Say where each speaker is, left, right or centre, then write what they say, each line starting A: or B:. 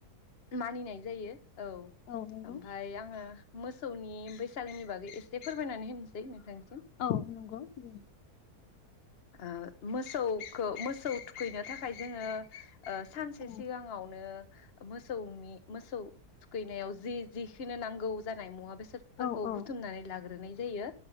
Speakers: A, on the left; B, on the left.
A: मानिनाय जायो औ
B: औ नंगौ
A: ओमफाय आङो मोसौनि बैसागोनि बागै एसे फोरमायनानै होनसै नोंथां
B: औ नंगौ ओं
A: ओ मोसौखौ मोसौ थुखैनो थाखाय जोङो ओ सानसे
B: औ
A: सिगाङावनो मोसौनि मोसौ थुखैनायाव जि जिखो नांगौ जानाय मुवा बे सादफो फोरखौ
B: औ औ
A: बुथुमनानै लाग्रोनाय जायो